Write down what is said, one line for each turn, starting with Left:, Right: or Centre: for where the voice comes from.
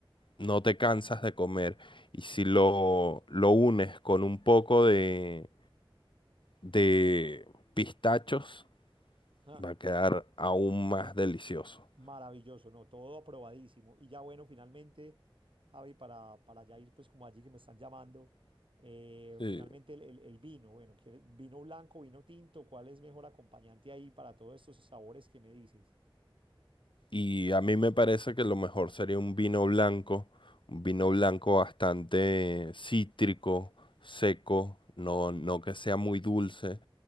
Left: no te cansas de comer. Y si lo, lo unes con un poco de, de pistachos,
Right: <laughs>
Left: va a quedar aún más delicioso.
Right: Maravilloso, ¿no? Todo aprobadísimo. Y ya bueno, finalmente, Javi, para, para ya ir pues como allí que me están llamando, eh,
Left: Sí,
Right: finalmente el, el- el vino, bueno, ¿quieres vino blanco, vino tinto? ¿Cuál es mejor acompañante ahí para todos estos sabores que me dices?
Left: Y a mí me parece que lo mejor sería un vino blanco, un vino blanco bastante cítrico, seco, no, no que sea muy dulce,